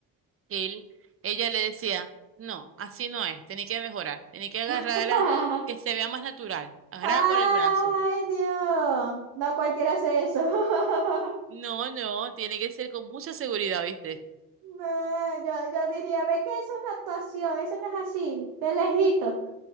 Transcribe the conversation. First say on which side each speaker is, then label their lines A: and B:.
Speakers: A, on the right; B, on the right.
A: él, ella le decía, no, así no es, tenés que mejorar, tenés que agarrarla
B: <laughs>
A: que se vea más natural, agarrarla
B: ¡Ay,
A: por el brazo.
B: Dios! No cualquiera hace eso. <laughs>
A: No, no, tiene que ser con mucha seguridad, ¿viste?
B: No, yo, yo diría, ve que es una actuación, eso no es así, de lejito.